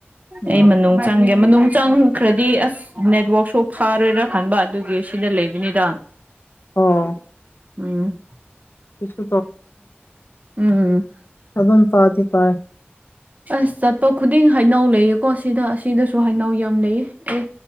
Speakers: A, on the left; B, on the right.
A: ꯎꯝ
B: ꯑꯩ ꯃꯅꯨꯡ ꯆꯪꯒꯦ ꯃꯅꯨꯡ ꯆꯪꯈ꯭ꯔꯗꯤ ꯑꯁ ꯅꯦꯠꯋꯛꯁꯨ ꯐꯥꯔꯣꯏꯔꯥ ꯈꯟꯕ ꯑꯗꯨꯒꯤ ꯁꯤꯗ ꯂꯩꯕꯅꯤꯗ
A: ꯑꯣ
B: ꯎꯝ
A: ꯀꯩꯁꯨ
B: ꯎꯝ
A: ꯑꯗꯨ ꯑꯗꯨꯝ ꯄꯥꯗꯤ ꯄꯥꯏ
B: ꯑꯁ ꯆꯠꯄ ꯈꯨꯗꯤꯡ ꯍꯩꯅꯎ ꯂꯩꯌꯦꯀꯣ ꯁꯤꯗ ꯑꯁꯤꯗꯁꯨ ꯍꯅꯥꯎ ꯌꯥꯝ ꯂꯩꯌꯦ ꯑꯦ